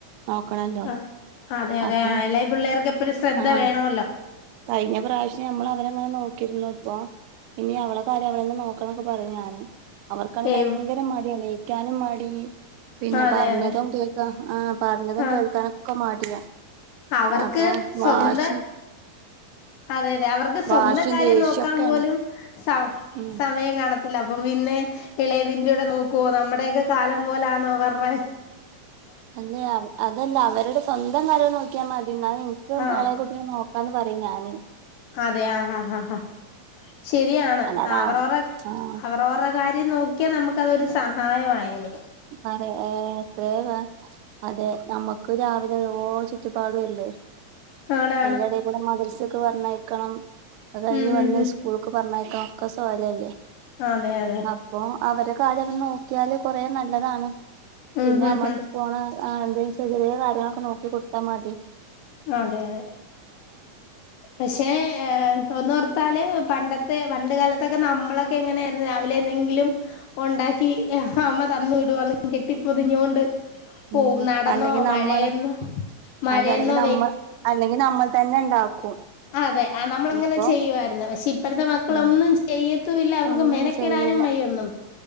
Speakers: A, on the right; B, on the left.
A: നോക്കണല്ലോ
B: ആഹ് അതെ അതെ
A: അപ്പൊ
B: ഇളയ പിള്ളേർക്ക് എപ്പയും ശ്രദ്ധ
A: ആഹ്
B: വേണല്ലോ
A: കഴിഞ്ഞ പ്രാവശ്യം നമ്മൾ അവരെങ്ങനെ നോക്കിരുന്നു ഇപ്പൊ ഇനി അവളെ കാര്യങ്ങൾ നോക്കണൊക്കെ പറയും ഞാന് അവർക്കാണെ ഭയങ്കര
B: ഏ
A: മടിയാണ് <unintelligible> പിന്നെ
B: അതെ
A: പറഞ്ഞതും
B: അതെ
A: കേൾക്കാൻ ആഹ് പറഞ്ഞതും
B: ആഹ്
A: കേൾക്കാനൊക്കെ മടിയാ
B: അവർക്ക്
A: അപ്പൊ
B: സ്വന്തം
A: വാശി
B: അതെ അതെ അവർക്ക് സ്വന്തം
A: വാശിയും
B: കാര്യം
A: ദേഷ്യൊക്കെയാണ്
B: നോക്കാൻ പോലും സ
A: ഉം
B: സമയം കാണ ത്തില്ല അപ്പം പിന്നെ ഇളയതിന്റെ ഉടെ നോക്കുവോ നമ്മുടെയൊക്കെ കാലം പോലാന്നോ അവർടെ
A: അല്ലെ അതല്ല അവരുടെ സ്വന്തം കാര്യം നൊ ക്കിയ മതീ ന്നാ എനിക്കും
B: ആഹ്
A: ഇളയ കുഞ്ഞിനെ നോ നോക്കാന്ന് പറയും ഞാന്
B: അതെ ആഹ് ആഹ് ആഹ് ശരിയാണ്
A: അല്ലാതെ
B: അവറോർട
A: ആഹ്
B: അവറോർട കാര്യം നോക്കിയാൽ നമുക്ക് അതൊരു സഹായമായെനേ
A: പറ ഏ എത്രയ അതെ നമ്മുക്ക് രാവിലെ ഇത് ഓരോ ചുറ്റുപാടും അല്ലേ
B: ആണാണ്
A: അതിന്റെടെക്കൂടെ മദ്രസ്ക്ക് പറഞ്ഞയ്ക്കണം അത് കഴിഞ്ഞ്
B: ഉം
A: വന്ന്
B: ഉം ഉം
A: സ്ക്കൂൾക്ക് പറഞ്ഞ ഒക്കെ സൊയലല്ലെ
B: അതെ അതെ
A: അപ്പൊ അവരെ കാര്യം ഒന്ന് നോക്കിയാല് കൊറേ നല്ലതാണ്
B: ഉം
A: പിന്നെ
B: ഉം
A: അമ്മക്ക്
B: ഉം
A: പോണ അ എന്തേലും ചെറിയ ചെറിയ കാര്യം നോക്കി കൊടുത്താ മതി
B: അതെ അതെ പക്ഷേ, ഒന്നോർത്താല് പണ്ടത്തെ പണ്ടുകാലത്തൊക്കെ നമ്മള് എങ്ങനെയായിരുന്നു, രാവിലെ എന്തെങ്കിലും ഉണ്ടാക്കി, അമ്മതന്നു വിടും. അതൊക്കെ കെട്ടിപ്പൊതിഞ്ഞോണ്ട്
A: ഉം..
B: പോവും നടന്നോ
A: അല്ലെങ്കിൽ നമ്മള്
B: മഴയെന്നോ മഴയെന്നോ
A: അതല്ലെങ്കിൽ നമ്മ അല്ലെങ്കിൽ നമ്മൾ തന്നെ ഉണ്ടാക്കും
B: ആ.. അതെ ആ.. നമ്മൾ അങ്ങനെ
A: ഇപ്പൊ
B: ചെയ്യുമായിരുന്നു. പക്ഷേ ഇപ്പളത്തെമക്കളൊന്നും
A: ഉം,
B: ചെയ്യത്തുമില്ല, അവർക്ക്
A: ഒന്നും
B: മെനക്കിടാനുംവയ്യ
A: ചെയ്യില്ല
B: ഒന്നും